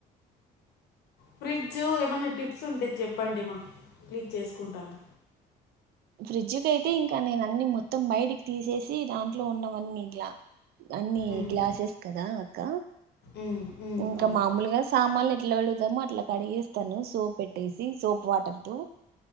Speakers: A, on the left; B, on the right.
A: ఫ్రిడ్జ్ ఏమైనా టిప్స్ ఉంటే చెప్పండిమ ప్లీజ్ చేసుకుంటాను
B: ఫ్రిడ్జ్ కైయితే ఇంకా నేను అన్ని మొత్తం బయటికి తీసేసి దాంట్లో ఉన్నవన్నీ ఇలా అన్ని
A: ఉమ్,
B: గ్లాసెస్ కదా అక్క
A: ఉమ్, ఉమ్,
B: ఇంకా
A: అవును
B: మాముూలుగా సామాన్లు ఎట్లా కడుగుతామొ అట్లా క డిగేస్తాను సోప్ పెట్టేసి సోప్ వాటర్ తో